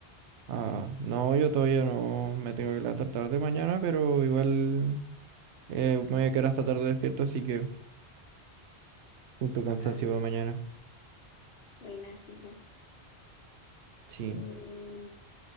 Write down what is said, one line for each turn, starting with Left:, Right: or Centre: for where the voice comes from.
Right: Ah, no, yo todavía no me tengo que levantar tarde mañana, pero igual eh, me voy a quedar hasta tarde despierto, así que junto cansancio
Left: Ah,
Right: para mañana.
Left: buena, sí, tú.
Right: Sí.
Left: Y